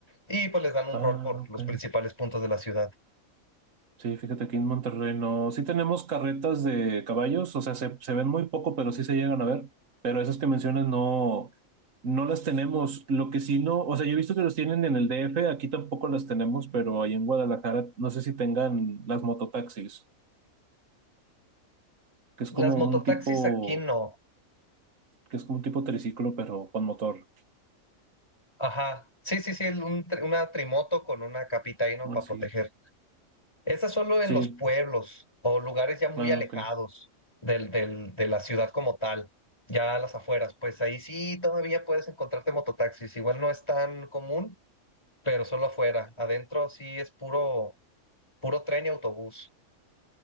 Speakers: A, on the left; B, on the right.
A: y pues les dan un
B: Ah,
A: rol por
B: ok.
A: los principales puntos de la ciudad.
B: Sí, fíjate que en Monterrey no. Sí tenemos carretas de caballos, o sea, se, se ven muy poco, pero sí se llegan a ver. Pero esas que mencionas no, no las tenemos. Lo que sí no, o sea, yo he visto que los tienen en el DF, aquí tampoco las tenemos, pero ahí en Guadalajara no sé si tengan las mototaxis, que es
A: Las
B: como
A: mototaxis
B: un tipo,
A: aquí no.
B: que es como un tipo triciclo, pero con motor.
A: Ajá. Sí, sí, sí, el- un tri- una trimoto con una capita ahí, ¿no?
B: Así.
A: Para proteger. Esa solo en
B: Sí.
A: los pueblos o lugares ya muy
B: Ah,
A: alejados
B: ok.
A: del, del, de la ciudad como tal, ya a las afueras, pues ahí sí todavía puedes encontrarte mototaxis. Igual no es tan común, pero solo afuera. Adentro sí es puro, puro tren y autobús.